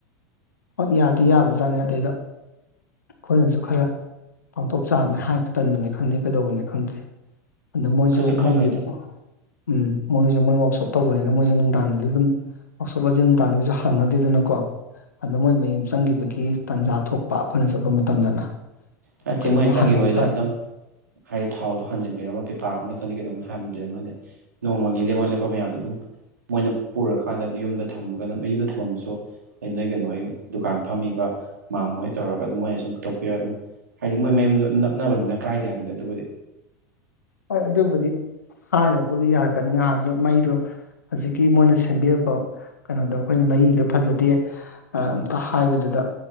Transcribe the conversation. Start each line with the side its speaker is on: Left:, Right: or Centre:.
Left: ꯍꯣꯏ ꯌꯥꯗꯤ ꯌꯥꯕꯖꯥꯠꯅꯤ ꯑꯗꯩꯏꯗ ꯑꯩꯈꯣꯏꯅꯁꯨ ꯈꯔ ꯄꯥꯡꯊꯣꯛ ꯆꯥꯕꯅꯤ ꯍꯥꯏꯕ ꯇꯟꯕꯅꯤ ꯈꯪꯗꯦ ꯀꯩꯗꯧꯕꯅꯤ ꯈꯪꯗꯦ ꯑꯗ ꯃꯣꯏꯁꯨ
Right: ꯀꯩꯁꯨ ꯈꯜꯂꯣꯏꯗ
Left: ꯃꯣꯏꯒꯤ ꯎꯝ ꯃꯣꯏꯒꯤꯁꯨ ꯃꯣꯏ ꯋꯥꯛꯁꯣꯞ ꯇꯧꯕꯅꯤꯅ ꯃꯣꯏꯁꯨ ꯅꯨꯡꯗꯥꯡꯗꯗꯤ ꯑꯗꯨꯝ ꯋꯥꯛꯁꯣꯞꯑꯁꯦ ꯅꯨꯡꯗꯥꯡꯗ ꯀꯩꯁꯨ ꯍꯪꯉꯗꯦꯗꯅꯀꯣ ꯑꯗ ꯃꯣꯏ ꯃꯌꯨꯝ ꯆꯪꯈꯤꯕꯒꯤ ꯇꯥꯟꯖꯥ ꯊꯣꯛꯄ ꯑꯩꯈꯣꯏꯅ ꯆꯠꯄ ꯃꯇꯝꯗꯅ
Right: ꯍꯥꯏ
Left: ꯀꯩꯒꯨꯝꯕ
Right: ꯊ <unintelligible> ꯃꯣꯏ ꯆꯪꯈꯤꯕꯕꯗ
Left: ꯍꯪꯉꯝ ꯇꯥꯔꯗꯤ
Right: ꯑꯗꯨꯝ ꯍꯥꯏꯗꯤ ꯊꯥꯎꯗꯣ ꯍꯟꯖꯤꯟꯕꯤꯔꯝꯃ ꯄꯤꯄꯥ ꯑꯃꯅꯤ ꯈꯪꯗ‌ꯦ ꯀꯩꯅꫭꯝ ꯍꯕꯤꯔꯝꯃꯗꯤ ꯅꯣꯡꯃꯒꯤ ꯂꯦꯞꯃ ꯂꯦꯞꯄ ꯃꯌꯥꯝꯗꯣ ꯑꯗꯨꯝ ꯃꯣꯏꯅ ꯄꯨꯔꯀꯥꯟꯗꯗꯤ ꯌꯨꯝꯗ ꯊꯝꯃꯒꯅ ꯌꯨꯝꯗ ꯊꯝꯃꯝꯃꯁꯨ ꯑꯩ ꯅꯣꯏ ꯀꯩꯅꯣ ꯍꯣꯏ ꯗꯨꯀꯥꯟ ꯐꯝꯃꯤꯕ ꯃꯥꯝ ꯍꫭꯏ ꯇꯧꯔꯒ ꯑꯗꯨꯝ ꯃꯣꯏꯅ ꯁꯨꯝ ꯄꯨꯊꯣꯛꯄꯤꯔꯒ ꯑꯗꯨꯝ ꯍꯥꯏꯗꯤ ꯃꯣꯏ ꯃꯌꯨꯝꯗꯣ ꯅꯛꯅꯕꯅꯤꯅ ꯀꯥꯏꯗꯦ ꯍꯥꯏꯕꯗ ꯑꯗꯨꯕꯨꯗꯤ
Left: ꯍꯣꯏ ꯑꯗꯨꯕꯨꯗꯤ ꯍꯥꯏꯔꯕꯨꯗꯤ ꯌꯥꯔꯛꯀꯅꯤ ꯉꯍꯥꯟꯁꯨ ꯃꯩꯗꯨ ꯍꯧꯖꯤꯛꯀꯤ ꯃꯣꯏꯅ ꯁꯦꯝꯕꯤꯔꯛꯄ ꯀꯩꯅꯣꯗꯣ ꯑꯈꯣꯏꯅ ꯃꯔꯤꯗꯣ ꯐꯖꯗꯦ ꯑꯝꯇ ꯍꯥꯏꯕꯗꯨꯗ